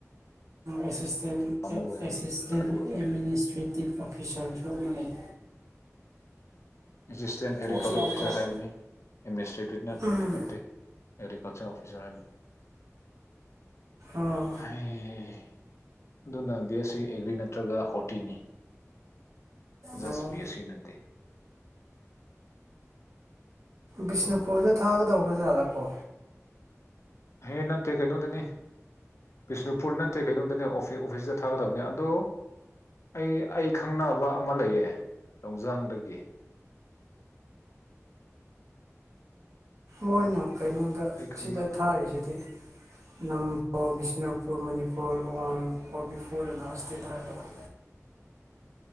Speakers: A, on the right; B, on the left.
A: ꯑꯦꯁꯁꯇꯦꯟ
B: ꯄꯥꯝꯃꯨꯋꯦ
A: ꯑꯦꯁꯁꯤꯁꯇꯦꯟ
B: ꯑꯩ ꯈꯜꯂꯨꯔꯒ
A: ꯑꯦꯗꯃꯤꯅꯤꯁꯇ꯭ꯔꯦꯇꯚ ꯇꯤꯞ ꯑꯣꯐꯤꯁꯥꯔꯁꯨ ꯑꯃ ꯂꯩ
B: ꯑꯦꯖꯤꯁꯇꯦꯟ
A: ꯄꯣꯠꯁꯤ
B: ꯑꯦꯒ꯭ꯔꯤꯀꯜꯆꯔ
A: ꯌꯥꯝ
B: ꯑꯣꯐꯤꯁꯥꯔ
A: ꯀꯧꯋꯦ
B: ꯍꯥꯏꯕꯅꯤ ꯑꯦꯗꯃꯤꯅꯤꯁꯇ꯭ꯔꯦꯇꯤꯞ
A: ꯎꯝ
B: ꯅꯠꯇꯦ ꯁꯦ ꯑꯣꯐꯤꯁꯔ ꯍꯥꯏꯅꯤ
A: ꯑꯣ
B: ꯍꯌꯦ ꯑꯗꯨꯅ ꯕꯦꯁꯁꯤ ꯑꯦꯒ꯭ꯔꯤ ꯅꯠꯇ꯭ꯔꯒ ꯍꯣꯔꯇꯤꯅꯤ ꯖꯁ
A: ꯑꯣ
B: ꯕꯤ ꯑꯦ ꯁꯤ ꯅꯠꯇꯦ
A: ꯕꯤꯁꯅꯨꯄꯨꯔꯗ ꯊꯥꯒꯗꯧꯕꯖꯥꯠꯂꯥꯀꯣ
B: ꯍꯦ ꯅꯠꯇ ꯀꯩꯅꯣꯗꯅꯤ ꯄꯤꯁꯂꯨ ꯎꯄꯨꯔ ꯅꯠꯇꯦ ꯀꯩꯅꯣꯝꯗꯅꯦ ꯑꯣꯐꯤꯁꯇ ꯊꯥꯒꯗꯕꯅꯦ ꯑꯗꯣ ꯑꯩ ꯑꯩ ꯈꯪꯅꯕ ꯑꯃ ꯂꯩꯌꯦ ꯔꯣꯡꯖꯥꯡꯗꯒꯤ
A: ꯃꯣꯏꯅ ꯀꯩꯅꯣꯗ
B: ꯑꯩ
A: ꯑꯁꯤꯗ
B: ꯈꯪꯅꯕ
A: ꯊꯥꯔꯤꯁꯤꯗꯤ ꯅꯝꯕꯣ Bishnupur Manipur one forty four ꯂꯥꯁꯈꯦꯠꯇ ꯍꯥꯏꯕ <inaudible>